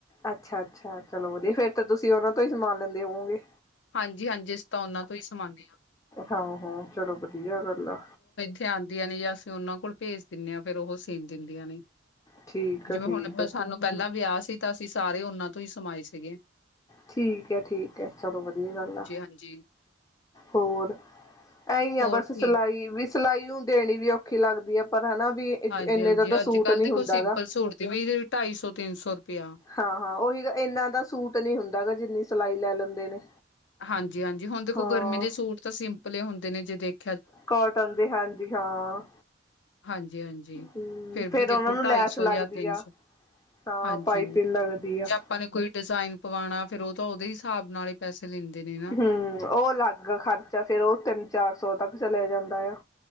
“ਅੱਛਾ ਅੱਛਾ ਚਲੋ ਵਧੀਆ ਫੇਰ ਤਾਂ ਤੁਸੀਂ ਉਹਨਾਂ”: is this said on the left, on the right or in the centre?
Left